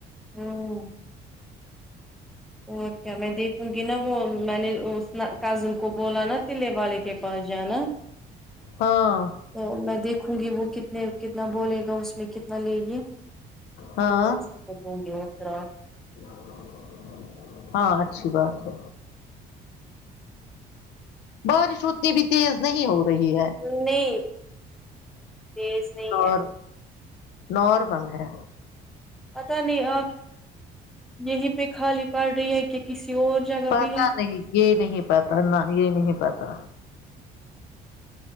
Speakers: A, in the centre; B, on the left.
A: ہوں اور کیا میں دیکھوں گی نا وہ میں نے اس کزن کو بولا نا تے والے کے پ جانا
B: ہاں
A: تو میں دیکھوں گی وہ کتنے کتنا بولے گا اس میں کتنا لے گی
B: ہاں
A: مس پ گے فرا <unintelligible>
B: <inaudible> ہاں اچھی بات ہے بارش اتنی بھی تیز نہیں ہو رہی ہے
A: نہیں تیز نہیں
B: اور
A: ہے
B: نارمل ہے
A: پتہ نہیں آپ یہی پہ خالی پڑ رہی ہے کہ کسی اور جگہ
B: پتا
A: بھی ہے
B: نہیں یہ نہیں پتا نہ یہ نہیں پتا